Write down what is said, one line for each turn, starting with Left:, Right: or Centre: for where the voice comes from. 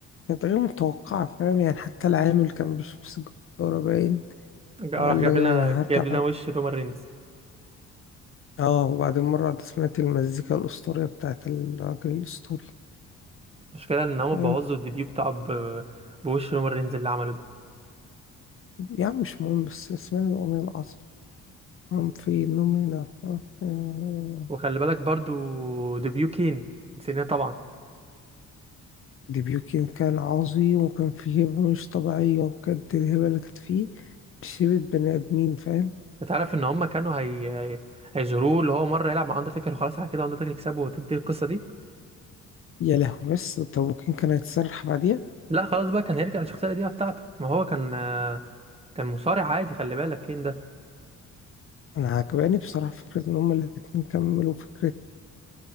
Left: كانت غير متوقعة فاهم يعني حتى العامل كان بيشرب سيجارة باين
Right: جا-
Left: وقال
Right: راح جاب
Left: لك أنا
Right: لنا جاب
Left: هرجع
Right: لنا وش رومان رينز
Left: اه وبعدين مرة واحدة سمعت المزيكا الأسطورية بتاعت الراجل الأسطوري
Right: المشكله ان هو
Left: يعني
Right: بوظوا الديبيو بتاعه ب... بوش رومان رينز اللي عمله ده
Left: يعني مش مهم بس اسمعني الأغنية العظيمة هم في نومينا آه، آه.
Right: وخلي بالك برضو ديبيو كين نسيناه طبعا
Left: ديبيوكين كان عظيم وكان فيه هبة مش طبيعية بجد الهبة اللي كانت فيه مش هبة بني آدمين فاهم
Right: انت عارف ان هم كانوا هي... هي- هيجروه اللي هو مره يلعب مع اندرتيكر وخلاص على كده اندرتيكر يكسبه وتنتهي القصه دي
Left: يا لهوي بس طب وكان كان هيتسرح بعديها
Right: لا خلاص بقى كان هيرجع للشخصيه القديمه بتاعته ما هو كان آه، كان مصارع عادي خلي بالك كين ده
Left: أنا عجباني بصراحة فكرة إن هما الاتنين كملوا فكرة